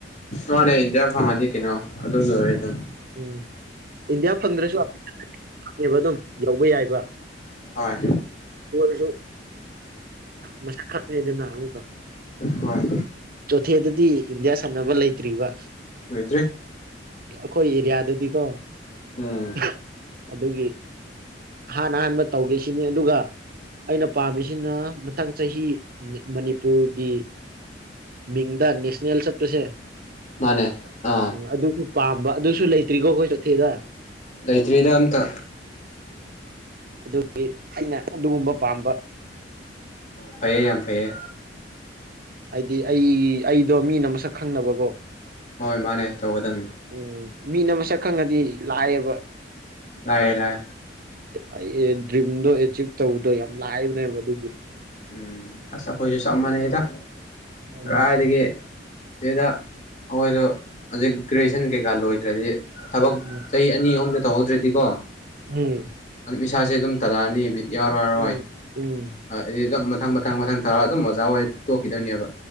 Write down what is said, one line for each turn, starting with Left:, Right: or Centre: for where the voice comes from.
Left: ꯃꯥꯅꯦ ꯏꯟꯗꯤꯌꯥ ꯐꯪꯉꯗꯤ ꯀꯩꯅꯣ ꯑꯗꯨꯅ ꯂꯣꯏꯔꯦ ꯑꯗꯨꯝ
Right: ꯎꯝ ꯏꯟꯗꯤꯌꯥ ꯐꯪꯗ꯭ꯔꯁꯨ <unintelligible> ꯐꯪꯉꯦꯕ ꯑꯗꯨꯝ ꯌꯧꯕ ꯌꯥꯏꯕ
Left: ꯍꯣꯏ
Right: ꯑꯣꯏꯔꯁꯨ ꯃꯁꯛ ꯈꯪꯉꯦꯗꯅ ꯑꯃꯨꯛꯀ
Left: ꯍꯣꯏ
Right: ꯆꯣꯊꯦꯗꯨꯗꯤ ꯏꯟꯗꯤꯌꯥ ꯁꯥꯟꯅꯕ ꯂꯩꯇ꯭ꯔꯤꯕ
Left: ꯂꯣꯏꯇ꯭ꯔꯤ
Right: ꯑꯩꯈꯣꯏ ꯑꯦꯔꯤꯌꯥꯗꯗꯤꯀꯣ
Left: ꯎꯝ
Right: ꯑꯍ ꯑꯗꯨꯒꯤ ꯑꯍꯥꯟ ꯑꯍꯥꯟꯕ ꯇꯧꯒꯦꯁꯤꯅꯤ ꯑꯗꯨꯒ ꯑꯩꯅ ꯄꯥꯝꯃꯤꯁꯤꯅ ꯃꯊꯪ ꯆꯍꯤ ꯃꯅꯤꯄꯨꯔꯒꯤ ꯃꯤꯡꯗ ꯅꯦꯁꯅꯦꯜ ꯆꯠꯄꯁꯦ
Left: ꯃꯥꯅꯦ ꯑ
Right: ꯎꯝ ꯑꯗꯨꯁꯨ ꯄꯥꯝꯕ ꯑꯗꯨꯁꯨ ꯂꯩꯇ꯭ꯔꯤꯀꯣ ꯑꯩꯈꯣꯏ ꯆꯠꯊꯦꯗ
Left: ꯂꯩꯇ꯭ꯔꯤꯗ ꯑꯝꯇ
Right: ꯑꯗꯨꯒꯤ ꯑꯩꯅ ꯑꯗꯨꯒꯨꯝꯕ ꯄꯥꯝꯕ
Left: ꯐꯩꯌꯦ ꯌꯥꯝ ꯐꯩꯌꯦ
Right: ꯍꯥꯏꯗꯤ ꯑꯩ ꯑꯩꯗꯣ ꯃꯤꯅ ꯃꯁꯛ ꯈꯪꯅꯕꯀꯣ
Left: ꯍꯣꯏ ꯃꯥꯅꯦ ꯇꯧꯒꯗꯝꯅꯤ
Right: ꯎꯝ ꯃꯤꯅ ꯃꯁꯛ ꯈꯪꯉꯗꯤ ꯂꯥꯏꯑꯦꯕ
Left: ꯂꯥꯏꯑꯦ ꯂꯥꯏ
Right: ꯑꯩ ꯗ꯭ꯔꯤꯝꯗꯣ ꯑꯦꯆꯤꯞ ꯇꯧꯕꯗꯣ ꯌꯥꯝ ꯂꯥꯏꯕꯅꯦꯕ ꯑꯗꯨꯒꯤ
Left: ꯎꯝ ꯑꯁ ꯑꯩꯈꯣꯏꯁꯨ ꯆꯞ ꯃꯥꯟꯅꯩꯗ
Right: ꯎꯝ
Left: ꯀꯥꯏꯗꯒꯥ ꯁꯤꯗ ꯑꯩꯈꯣꯏꯗ ꯍꯧꯖꯤꯛ ꯒ꯭ꯔꯦꯖꯨꯦꯁꯟ ꯀꯩꯀꯥ ꯂꯣꯏꯈ꯭ꯔꯗꯤ ꯊꯕꯛ
Right: ꯎꯝ
Left: ꯆꯍꯤ ꯑꯅꯤ ꯑꯍꯨꯝꯗ ꯇꯧꯍꯧꯗ꯭ꯔꯗꯤꯀꯣ
Right: ꯎꯝ
Left: ꯏꯁꯥꯁꯦ ꯑꯗꯨꯝ ꯇꯂꯛꯑꯅꯤꯕꯕꯤ ꯌꯥꯔꯣꯏꯔꯣꯏ
Right: ꯎꯝ ꯎꯝ
Left: ꯍꯣꯏ ꯁꯤꯗ ꯃꯊꯪ ꯃꯊꯪ ꯃꯊꯪ ꯊꯥꯔ ꯑꯗꯨꯝ ꯑꯣꯖꯥ ꯑꯣꯏ ꯇꯣꯛꯈꯤꯗꯣꯏꯅꯦꯕ